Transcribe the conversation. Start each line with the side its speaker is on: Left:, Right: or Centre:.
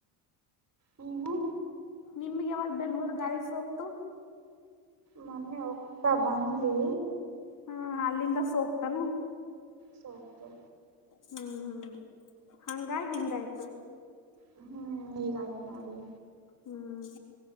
Right: ನೀವು.
Left: ನಿಮ್ಗೆ ಯಾವಾಗ ಬೆಂಗ್ಳೂರ್ ಗಾಳಿ ಸೊಕ್ತು.
Right: ಮೊನ್ನೆ ಹೋಗ್ತಾ ಬಂದ್ರಿ.
Left: ಹಾ ಅಲ್ಲಿಂದ ಸೊಕ್ತನು.
Right: ಸೂಕ್ಹೂ.
Left: ಹ್ಮ್ ಹ್ಮ್ ಹಂಗಾಗಿ್ ಹಿಂಗಾಯ್ತು.
Right: ಹ್ಮ್ ಈಗಯ್ತು ನೋಡಿ.
Left: ಹ್ಮ್.